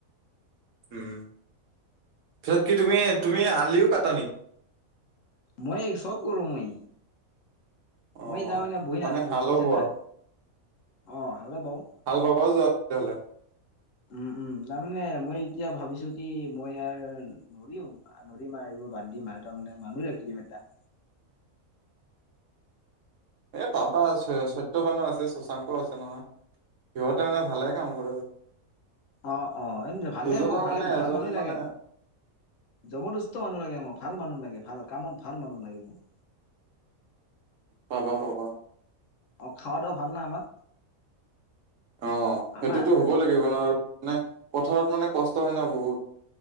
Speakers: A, on the right; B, on the left.
A: উম পিছত কি তুমি তুমি আলিও কাটানি
B: মই চব কৰো মই।
A: অ
B: মই তাৰমানে বহি
A: মানে
B: নাথাকো
A: হালো
B: বুজিছা
A: বোৱা
B: না অ হালো বাওঁ।
A: হাল বাবও যোৱা তেতিয়াহ'লে?
B: উম উম তাৰমানে মই এতিয়া ভাবিছো কি মই ইয়াৰ আৰু নদী মাৰ এইবোৰ বাদ দিম আৰু তাৰমানে মানুহ ৰাখি দিম এটা।
A: এ পাপা আছে সত্যবানো আছে শশাংক আছে নহয়। সিহঁতে মানে ভালে কাম কৰে।
B: অ অ ভালে
A: দুজনৰ
B: মোক ভালে
A: মানে এজন
B: ভাল মানুহ লাগে।
A: মানে
B: জবৰদস্ত মানুহ লাগে মোৰ ভাল মানুহ লাগে ভাল কামত ভাল মানুহ লাগে মোক।
A: পাবা পাবা।
B: অ খাওঁ তো ভাল নে আমাৰ।
A: অ সেইটোতো
B: আমাৰ
A: হ'ব লাগিব ন মানে পথাৰত মানে কষ্ট হয় ন বহুত।